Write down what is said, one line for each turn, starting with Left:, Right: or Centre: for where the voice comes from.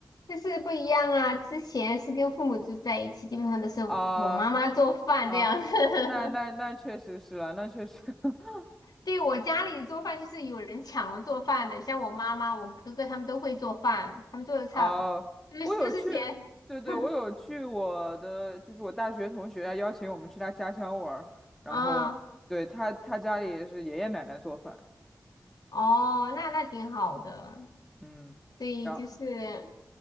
Left: 但是不一样啊！之前是跟父母住在一起，基本上都是我我妈妈做饭这样。
Centre: 啊、啊，
Left: 子。
Centre: 那那那确实是了，
Left: <laughs>
Centre: 那确实 <laughs>
Left: 对，我家里做饭就是有人抢了做饭的，像我妈妈、我哥哥他们都会做饭，他们做的菜就是都是咸。
Centre: 啊，我有去，对对，
Left: <laughs>
Centre: 我有去我的，就是我大学同学他邀请我们去他家乡玩儿然后对他他家里也是爷爷奶奶做饭，
Left: 嗯，哦，那那挺好的。
Centre: 嗯，
Left: 所以就是
Centre: 然后。